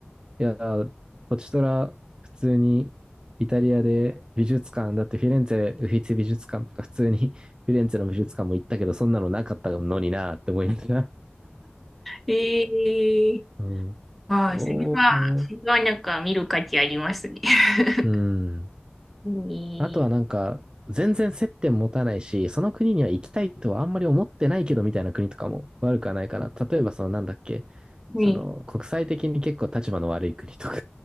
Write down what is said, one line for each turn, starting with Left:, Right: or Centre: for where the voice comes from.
Right: いやー、ポチトラ、普通にイタリアで美術館、だってフィレンツェ、ウフィツィ美術館とか普通に <laughs> フィレンツェの美術館も行ったけど、そんなのなかったのになーって思いながら。
Centre: ええ
Right: うん。
Centre: ああ、
Right: そう。
Centre: それは、それはなんか見る価値ありますね。<laughs>
Right: うん。
Centre: に、
Right: あとはなんか、全然接点持たないし、その国には行きたいとはあんまり思ってないけどみたいな国とかも悪くはないかな。例えばそのなんだっけ、
Centre: に、
Right: その国際的に結構立場の悪い国とか